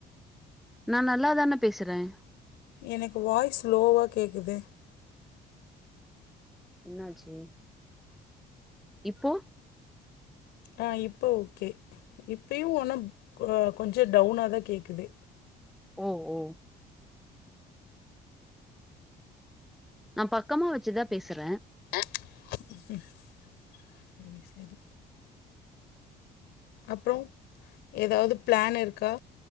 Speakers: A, in the centre; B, on the left.
A: நான் நல்லாதானே பேசுறேன்
B: எனக்கு வாய்ஸ் லோவா கேக்குது
A: என்னாச்சி இப்போ
B: ஆஹ் இப்ப ஓகே இப்பயும் ஒனா கொஞ்சம் டவுனா தான் கேக்குது
A: ஓ ஓ நா பக்கமா வச்சு தான் பேசுறேன்
B: உம் உம் சரி அப்பறோம் ஏதாவது பிளான் இருக்கா